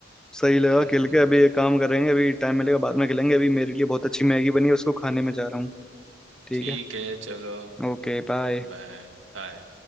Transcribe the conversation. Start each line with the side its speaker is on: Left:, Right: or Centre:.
Centre: सही लगा
Right: हम्म
Centre: खेल के अभी एक काम करेंगे अभी टाइम मिलेगा बाद में खेलेंगे अभी मेरे लिए बहुत अच्छी मैगी बनी है उसको खाने में जा रहा हूँ ठीक
Right: ठीक
Centre: है
Right: है चलो
Centre: Okay bye
Right: बाय बाय